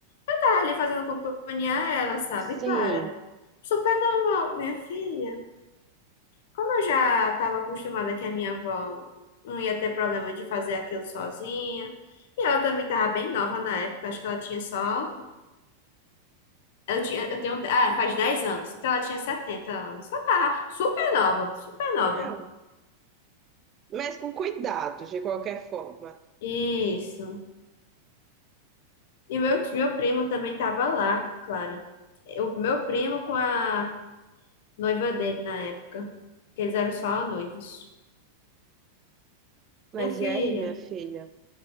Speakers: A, on the left (about 55°); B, on the right (about 30°).
A: Eu tava ali fazendo companhia a ela, sabe,
B: Sim.
A: Clara? Super normal, minha filha. Como eu já estava acostumada que a minha avó não ia ter problema de fazer aquilo sozinha, e ela também estava bem nova na época, acho que ela tinha só. Eu tinha, eu tenho, ah, faz 10 anos, então ela tinha 70 anos. Ela tava super nova, super nova.
B: Ah, mas com cuidado, de qualquer forma.
A: Isso. E meu, ti- meu primo também tava lá, claro. O meu primo com a noiva dele na época, que eles eram só noivos.
B: Mas
A: Minha filha,
B: e aí, minha filha?